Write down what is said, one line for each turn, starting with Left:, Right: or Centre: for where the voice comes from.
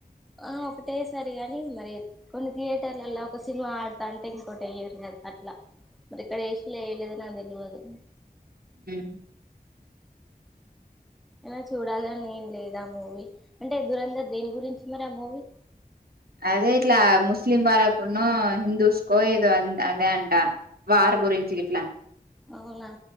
Centre: ఆ ఒకటే సరి ని మరి కొన్ని థియేటర్లలా ఒక సినిమా ఆడుతా అంటే ఇంకోొటి అయ్యారు కదా అట్లా మరి ఇక్కడ వేస్లే వయలేదని నా తెలియదు
Right: హ
Centre: అనా చూడాలని ఏం లేదు ఆ మూవీ అంటే ఎదురందరు దేని గురించి మరి ఆ మూవీ
Right: అదే ఇట్లా ముస్లిం వాళ్ళకునో హిందూస్కో ఏదో అదే అంట వారు గురించి ఇట్లా
Centre: అవునా